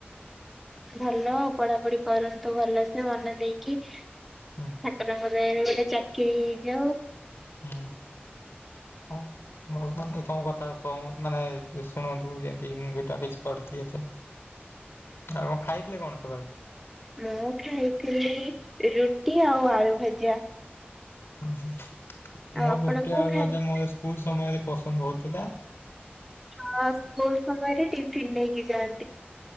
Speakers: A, in the centre; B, on the left.
A: ଭଲ ପଢାପଢି କରନ୍ତୁ ଭଲସେ ମନ ଦେଇକି ଠାକୁରଙ୍କ
B: ହୁଁ
A: ଦୟାରୁ ଗୋଟେ ଚାକିରି ହେଇଯାଉ।
B: ହୁଁ ଓ। ଭଗବାନ ତ ତମ କଥା ମାନେ ଶୁଣନ୍ତୁ ଯେମିତି ମୁ ଗଟା କିଛି କରିଦିଏ ଚାକ ଆଉ ଖାଇଥିଲେ କଣ ସକାଳୁ?
A: ମୁଁ ଖାଇଥିଲି ରୁଟି ଆଉ ଆଳୁ ଭଜା।
B: ଓ ମୋ
A: ଆଉ ଆପଣ
B: ଦୁତୀଆ
A: କଣ
B: ଆଳୁ
A: ଖାଆନ୍ତି?
B: ବଜା ମୋର ସ୍କୁଲ ସମୟରେ ପସନ୍ଦ ହଉଥିଲା।
A: ଛ ସ୍କୁଲ ସମୟରେ ଟିଫିନ ନେଇକି ଯାଆ